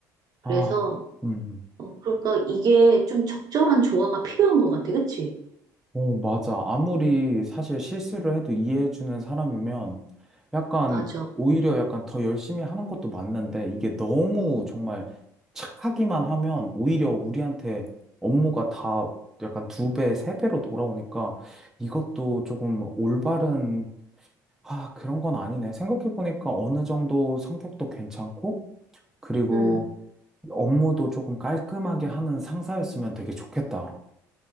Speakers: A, on the right (about 50°); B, in the centre.
A: 그래서,
B: 아, 음.
A: 어, 그러니까 이게 좀 적절한 조화가 필요한 것 같아. 그치?
B: 오, 맞아. 아무리 사실 실수를 해도 이해해주는 사람이면 약간
A: 맞아.
B: 오히려 약간 더 열심히 하는 것도 맞는데 이게 너무 정말 착하기만 하면 오히려 우리한테 업무가 다 약간 두 배, 세 배로 돌아오니까 이것도 조금 올바른, 아, 그런 건 아니네. 생각해보니까 어느 정도 성격도 괜찮고 그리고
A: 음.
B: 업무도 조금 깔끔하게 하는 상사였으면 되게 좋겠다.